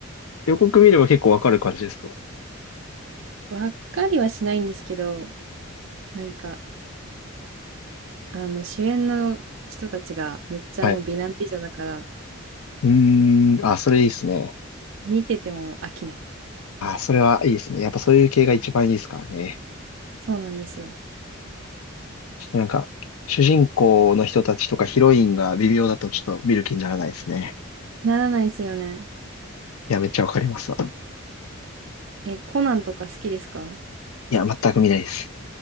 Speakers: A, on the left (about 85°); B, on the right (about 60°).
A: 予告見れば結構わかる感じですか
B: わっかりはしないんですけど、なんかあの主演の人たちがめっちゃもう美男美女だから
A: はい。うーん、あ、それいいですね。
B: 見てても飽きない。
A: あ、それはいいですね。やっぱそういう系が一番いいですからね。
B: そうなんですよ。
A: ちょっとなんか、主人公の人たちとかヒロインが微妙だとちょっと見る気にならないですね。
B: ならないですよね。
A: いや、めっちゃわかりますわ。
B: え、コナンとか好きですか
A: いや、全く見ないです。